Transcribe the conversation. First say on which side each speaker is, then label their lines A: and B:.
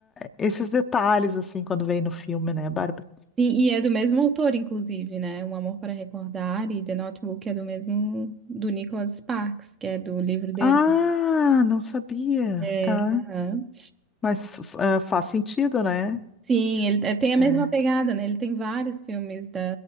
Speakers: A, on the left; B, on the right.
A: esses detalhes, assim, quando vem no filme, né, Bárbara?
B: Sim, e é do mesmo autor, inclusive, né? Um Amor para Recordar e The Notebook é do mesmo do Nicholas Sparks, que é do livro dele.
A: Ah, não sabia,
B: É,
A: tá?
B: aham.
A: Mas ah, faz sentido, né?
B: Sim, ele é- tem a
A: É,
B: mesma pegada, né? Ele tem vários filmes da,